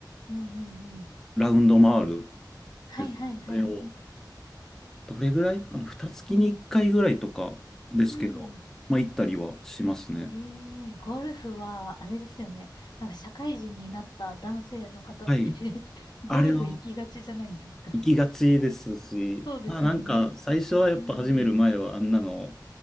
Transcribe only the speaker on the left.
うんうんうん。
はいはいはい。
うん。
ええ、ゴルフは、あれですよね。なんか社会人になった男性の方って
<laughs> ゴルフ行きがちじゃないですか。
そうですよね。
うん。